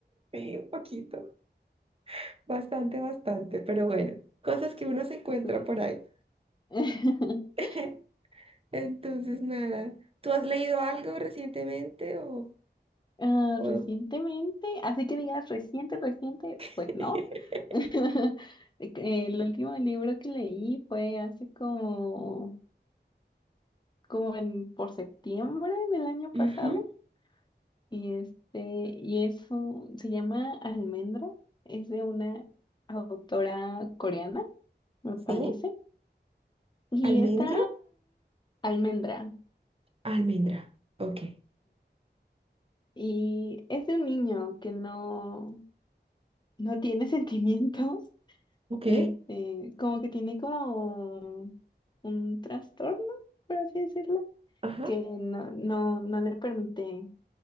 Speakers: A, on the right; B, on the left.
A: Sí, un poquito, bastante, bastante, pero bueno, cosas que uno se encuentra
B: Sí.
A: por ahí.
B: <laughs>
A: <laughs> Entonces, nada. ¿Tú has leído algo recientemente o...?
B: Ah,
A: o-
B: recientemente, así que digas reciente, reciente,
A: <laughs>
B: pues no. <laughs> El último libro que leí fue hace como, como en, por septiembre del año pasado.
A: Ujú,
B: Y este, y es un- se llama Almendra, es de una autora coreana, me
A: Sí,
B: parece. Y
A: almendro,
B: está Almendra.
A: almendra. Ok,
B: Y es de un niño que no, no tiene <laughs> sentimientos,
A: ok,
B: este, como que tiene como un trastorno, por así decirlo,
A: ajá,
B: que no, no, no le permite